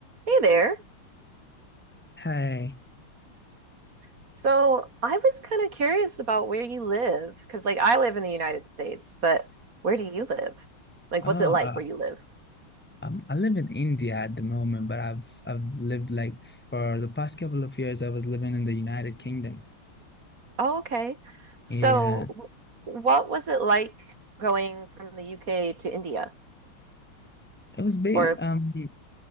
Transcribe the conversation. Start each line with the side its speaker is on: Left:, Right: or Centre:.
Right: Hey there.
Centre: Hi.
Right: So I was kind of curious about where you live, because like I live in the United States, but where do you live? Like,
Centre: Oh,
Right: what's it like
Centre: uh,
Right: where you live?
Centre: I'm, I live in India at the moment, but I've I've lived like for the past couple of years, I was living in the United Kingdom.
Right: Oh, okay. So
Centre: Yeah,
Right: w- what was it like going from the UK to India?
Centre: it was ba
Right: Or,
Centre: um